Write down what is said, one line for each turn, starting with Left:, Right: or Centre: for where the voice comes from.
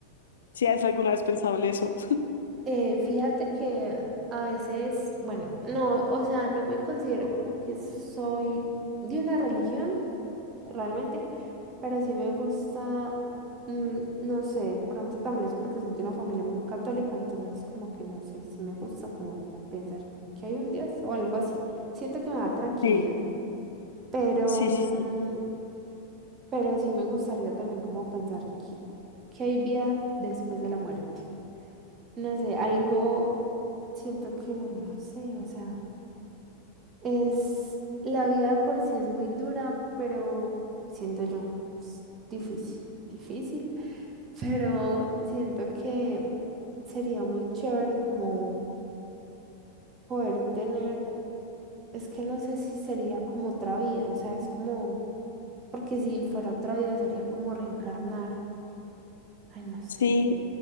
Left: si has alguna vez pensado en eso.
Right: Eh, fíjate que a veces, bueno, no, o sea, no me considero como que soy de una religión realmente, pero sí me gusta, mm, no sé, de pronto también es porque soy de una familia muy católica, entonces como que no sé, sí me gusta como pensar que hay un Dios o algo así. Siento que me da tranquilidad.
Left: Sí,
Right: Pero,
Left: sí,
Right: mm,
Left: sí, sí.
Right: Pero sí me gustaría también como pensar que, que hay vida después de la muerte. No sé, algo siento que, no sé, o sea, es la vida por sí es muy dura, pero siento yo, es difícil, difícil, pero siento que sería muy chévere como poder tener, es que no sé si sería como otra vida, o sea, es como, porque si fuera otra vida sería como reencarnar. Ay, no sé.
Left: Sí,